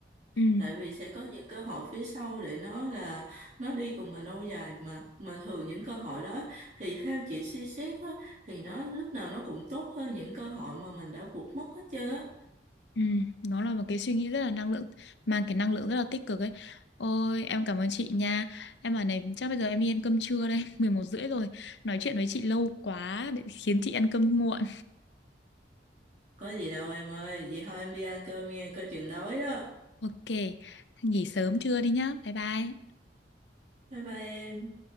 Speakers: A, on the left (about 75°); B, on the right (about 40°).
A: ừ.
B: tại vì sẽ có những cơ hội phía sau để nó là nó đi cùng mình lâu dài mà mà thường những cơ hội đó thì theo chị suy xét á, thì nó lúc nào nó cũng tốt hơn những cơ hội mà mình đã vụt mất hết trơn á
A: Ừ. nó là một cái suy nghĩ rất là năng lượng mang cái năng lượng rất là tích cực ấy ôi em cảm ơn chị nha em bảo này chắc bây giờ em đi ăn cơm trưa đây <laughs> 11 rưỡi rồi nói chuyện với chị lâu quá để khiến chị ăn cơm muộn
B: có gì đâu em ơi vậy thôi em đi ăn cơm nghe coi chừng đói đó
A: Ok, nghỉ sớm trưa đi nhá. Bye bye.
B: bye bye em